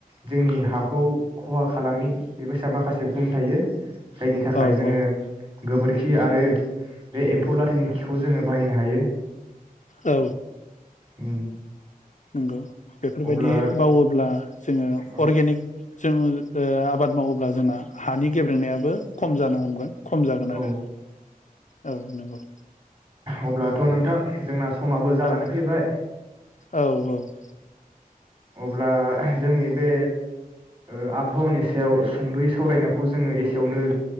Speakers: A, on the right; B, on the left.
A: जोंनि हाखौ। खहा खालामि बेबायसा माखासे गुन थायो। जायनि थाखाय
B: औ
A: जोङो।
B: औ
A: गोबोरखि आरो बे एम्फौ लाथानि खिखौ जोङो बाहायनो हायो।
B: औ
A: उम
B: नंगौ बेफोरबायदि
A: अब्ला
B: मावोब्ला जोङो
A: औ
B: अरगेनिक। जोङो ओ आबाद मावोब्ला जोंना हानि गेब्रेंनायाबो खम जानो हमगोन। खम जागोन
A: औ
B: आरो औ नंगौ।
A: अब्लाथ' नोंथां जोंना। समाबो जानानै
B: औ
A: फैबाय।
B: औ औ
A: अब्ला जोंनि बे ओ आबहावानि सायाव सुंद'यै सावरायनायखौ जोङो एसेयावनो